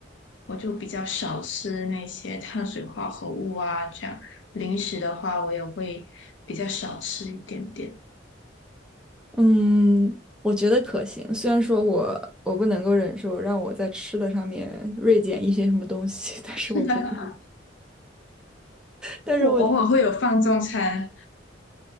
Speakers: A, on the left (about 80°); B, in the centre.
A: 我就比较少吃那些碳水化合物啊，这样零食的话，我也会比较少吃一点点。
B: 嗯，我觉得可行。虽然说我我不能够忍受让我在吃的上面锐减一些什么东西，<laughs> 但是我觉得，
A: <laughs>
B: 但是我觉得
A: 我偶尔会有放纵餐，